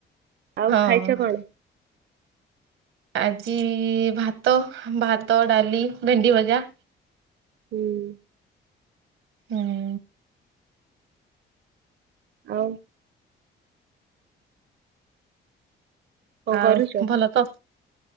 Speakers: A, on the right; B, on the right.
A: ଆଉ
B: ହଁ
A: ଖାଇଚ କଣ?
B: ଆଜି ଭାତ, ଭାତ, ଡାଲି, ଭେଣ୍ଡି ଭଜା।
A: ହୁଁ
B: ହୁଁ
A: ଆଉ କଣ
B: ଆଉ
A: କରୁଛ?
B: ଭଲ ତ।